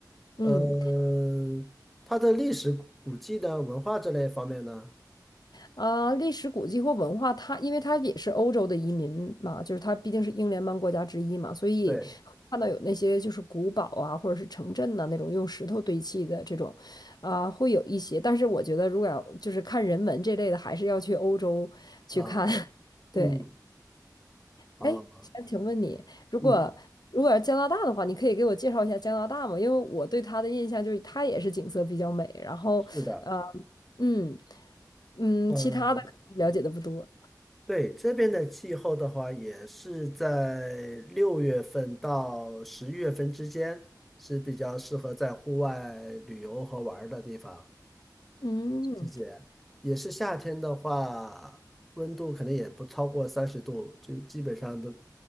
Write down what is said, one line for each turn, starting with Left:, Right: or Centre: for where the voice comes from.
Left: 嗯。
Centre: 嗯，它的历史古迹呢，文化这类方面呢，
Left: 啊，历史古迹或文化，它因为它也是欧洲的移民嘛，就是它毕竟是英联邦国家之一嘛，所以会看到有那些就是古堡啊，
Centre: 对，
Left: 或者是城镇呐、那种用石头堆砌的这种，啊、会有一些。但是我觉得，如果要就是看人文这类的，还是要去欧洲去看。
Centre: 啊，
Left: <laughs>
Centre: 嗯，
Left: 对，
Centre: 啊，
Left: 哎，想请问你，如果如果要加拿大的话，
Centre: 嗯，
Left: 你可以给我介绍一下加拿大吗？因为我对它的印象就是它也是景色比较美，然后呃，
Centre: 是的，
Left: 嗯嗯，
Centre: 嗯，
Left: 其他的可能了解的不多。
Centre: 对，这边的气候的话，也是在六月份到十一月份之间，是比较适合在户外旅游和玩儿的地方。
Left: 嗯，
Centre: 季节，也是夏天的话，温度可能也不超过三十度，就基本上都